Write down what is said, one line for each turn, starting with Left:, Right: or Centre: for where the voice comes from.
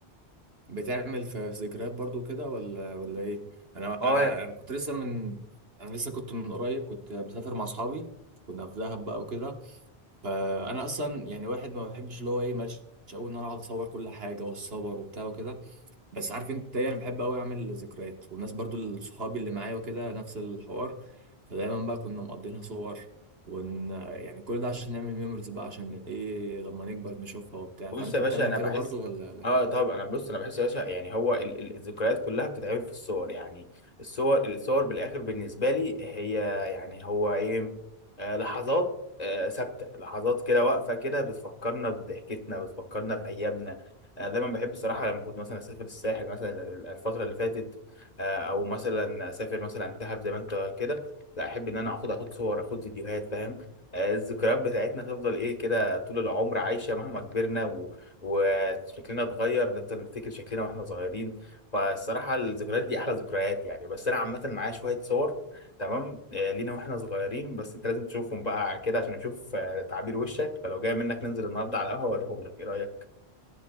Right: بتعمل في في ذكريات برضو كده ولا ولا ايه انا
Left: اه
Right: انا انا كنت لسه من انا لسه كنت من قريب كنت مسافر مع اصحابي كنا في دهب بقى وكده فانا اصلا يعني واحد ما بحبش اللي هو ايه ماشي قوي ان انا اقعد اصور كل حاجه واتصور وبتاع وكده بس عارف انت ايه انا بحب قوي اعمل ذكريات والناس برضو اللي- صحابي اللي معايا وكده نفس الحوار فدايما بقى كنا مقضينها صور ون يعني كل ده عشان نعمل ميموريز بقى عشان ايه لما نكبر نشوفها وبتاع
Left: بص
Right: فانت
Left: يا باشا
Right: بتعمل
Left: انا
Right: كده
Left: بحس
Right: برضو ولا
Left: اه طب انا بص انا بحس يا باشا يعني هو ال... ال- الذكريات كلها بتتعمل في الصور يعني الصور الصور بالاخر بالنسبه لي هي يعني هو ايه آه لحظات آه ثابته لحظات كده واقفه كده بتفكرنا بضحكتنا بتفكرنا بايامنا انا دايما بحب الصراحه لما كنت مثلا اسافر الساحل مثلا ال- الفتره اللي فاتت آه او مثلا اسافر مثلا دهب زي ما انت كده لا احب ان انا اخد اخد صور اخد فيديوهات فاهم آه الذكريات بتاعتنا تفضل ايه كده طول العمر عايشة مهما كبرنا و... وشكلنا اتغير نفضل نفتكر شكلنا واحنا صغيرين فالصراحة الذكريات دي أحلى ذكريات يعني بس أنا عامة معايا شوية صور تمام آه، لينا واحنا صغيرين بس أنت لازم تشوفهم بقى كده عشان أشوف آه، تعابير وشك فلو جاي منك ننزل النهاردة على القهوة أوريهم لك إيه رأيك؟